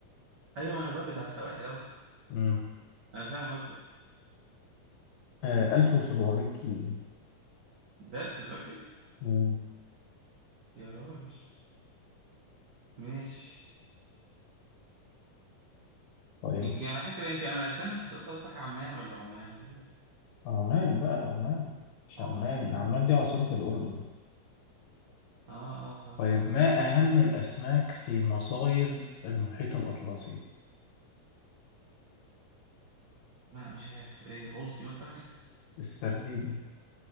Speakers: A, on the right; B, on the left.
A: ايوه ما انا بهبد على السواحل اهو
B: امم
A: انا فاهم
B: آه 1700 كيلو
A: بس متأكد
B: امم
A: يا راجل ماشي
B: طيب
A: يمكن على فكرة يمكن أنا استنى أنت بتقصد قصدك عمان ولا عمان ولا إيه؟
B: عمان بقى عمان مش
A: عمان
B: عمان عمان دي عاصمة الأردن
A: آه آه صح
B: طيب
A: صح
B: ما أهم الأسماك في مصايد المحيط الأطلسي
A: ما مش عارف إيه بولتي مثلا
B: السردين